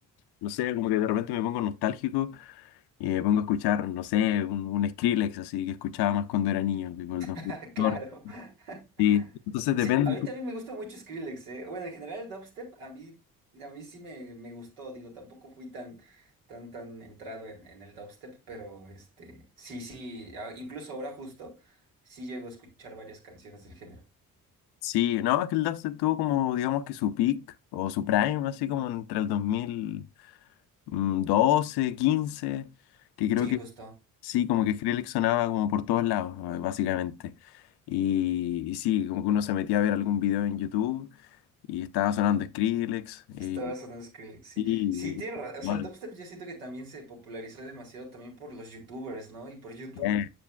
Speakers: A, on the left; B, on the right.
A: no sé, como que de repente me pongo nostálgico y me pongo a escuchar, no sé, un, un Skrillex así que escuchaba más cuando era niño, tipo el
B: <laughs>
A: 2014.
B: Claro. <laughs>
A: Sí, entonces depende.
B: Sí, a mí también me gusta mucho Skrillex, eh. Bueno, en general el dubstep a mí, a mí sí me, me gustó, digo, tampoco fui tan, tan, tan entrado en, en el dubstep, pero este, sí, sí, a- incluso ahora justo, sí llego a escuchar varias canciones del género.
A: Sí, no, es que el dubstep tuvo como, digamos que su peak o su prime, así como entre el dos mil doce quince que creo
B: Sí,
A: que
B: justo.
A: sí, como que Skrillex sonaba como por todos lados, eh, básicamente. Y, y sí, como que uno se metía a ver algún video en YouTube y estaba sonando Skrillex.
B: Estaba
A: Y,
B: sonando Skrillex, sí.
A: y-
B: Sí, tiene ra- O
A: bueno,
B: sea, el dubstep yo siento que también se popularizó demasiado también por los youtubers, ¿no? Y por YouTube,
A: eh,